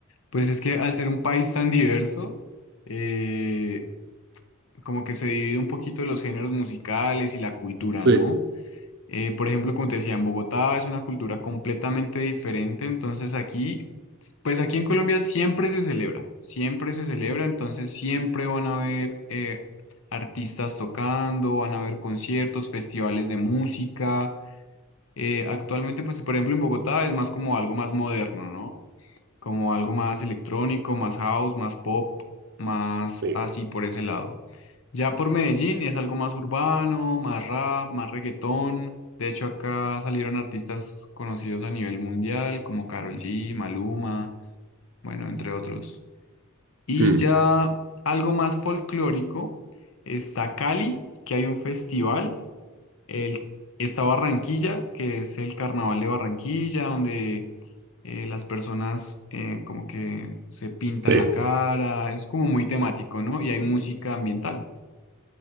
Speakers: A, on the left; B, on the right.
A: Pues es que al ser un país tan diverso, eh, como que se divide un poquito los géneros musicales y la cultura,
B: Sí,
A: ¿no? Eh, por ejemplo, como te decía, en Bogotá es una cultura completamente diferente, entonces aquí, pues aquí en Colombia siempre se celebra, siempre se celebra, entonces siempre van a haber eh, artistas tocando, van a haber conciertos, festivales de música. Eh, actualmente, pues por ejemplo en Bogotá es más como algo más moderno, ¿no? Como algo más electrónico, más house, más pop, más
B: sí.
A: así por ese lado. Ya por Medellín es algo más urbano, más rap, más reggaetón. De hecho, acá salieron artistas conocidos a nivel mundial como Karol G, Maluma, bueno, entre otros. Y
B: Mm,
A: ya algo más folclórico está Cali, que hay un festival. El, está Barranquilla, que es el Carnaval de Barranquilla, donde eh, las personas eh, como que se pintan
B: sí.
A: la cara. Es como muy temático, ¿no? Y hay música ambiental.